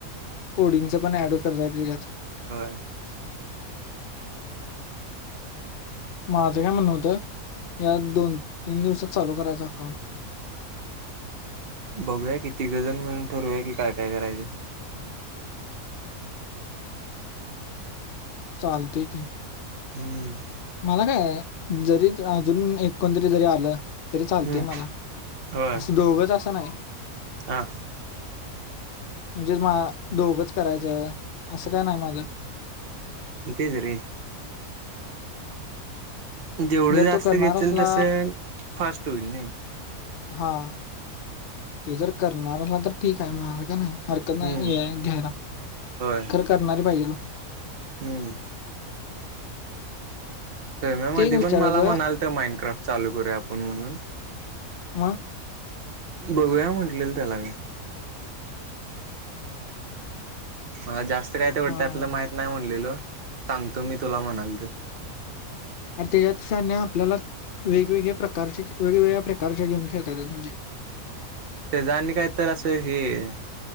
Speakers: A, on the left (about 60°); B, on the right (about 50°).
A: कोडिंगचा पण ऍड करताय त्याच्यात.
B: होय.
A: माझं काय म्हणण होतं या दोन तीन दिवसात चालू करायच अकाउंट.
B: बघूया कि तीघजण मिळून ठरूया की काय काय करायचं.
A: चालतय की.
B: हम्म.
A: मला काय जरी त अजून एक कोणतरी जरी आलं तरी चालते
B: हम्म
A: मला
B: होय
A: असं दोघच असं नाही.
B: हा.
A: म्हणजेच मा दोघंच करायचं असं काय नाही माझा.
B: इ तज रे जेवढं
A: जर
B: जास्त
A: तो करणार
B: घेतल
A: असला
B: तसं फास्ट होईल नाही
A: हा तो जर करणार असला तर ठीक आहे माझं का नाही हरकत नाही
B: हम्म
A: घ्यायला
B: होय.
A: खरं करणारी पाहिजे ल
B: हम्म सैम्यामध्ये
A: ते एक विचारायचं
B: पण मला म्हणाल तर माइनक्राफ्ट चालू करू आपण म्हणून
A: म
B: बघूया म्हटलेल त्याला मी मला जास्त काय तेवटतं
A: हा
B: त्यातलं माहित नाही म्हणलेल सांगतो मी तुला म्हणाल तर
A: अर त्याच्यातक्षने आपल्याला वेगवेगळ्या प्रकारचे वेगवेगळ्या प्रकारच्या गेम खेळता म्हणजे
B: त्याचा आणि काय तर असं हे